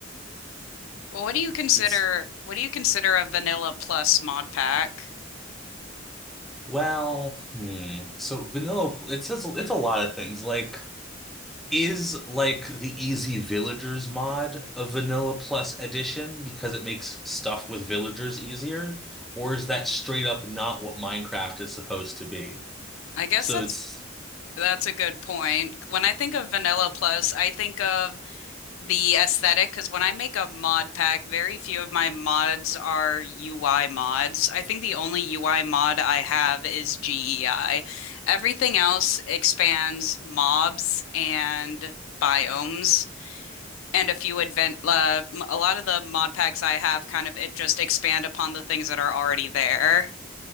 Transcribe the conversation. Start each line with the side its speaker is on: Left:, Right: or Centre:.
Left: Well, what do you consider
Centre: it's
Left: what do you consider a vanilla plus mod pack?
Centre: well, hmm. So vanilla, it says it's a lot of things. Like is like the Easy Villagers mod a vanilla plus edition because it makes stuff with villagers easier, or is that straight up not what Minecraft is supposed to be?
Left: I guess
Centre: So
Left: that's
Centre: it's
Left: that's a good point. When I think of vanilla plus, I think of the aesthetic because when I make a mod pack, very few of my mods are UI mods. I think the only UI mod I have is GEI. Everything else expands mobs and biomes. and a few advent uh, m- a lot of the mod packs I have kind of it just expand upon the things that are already there.